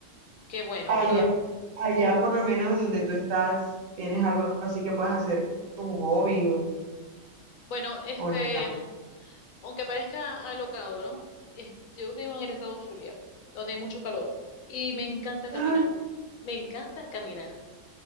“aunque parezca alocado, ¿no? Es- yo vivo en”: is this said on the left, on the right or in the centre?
Left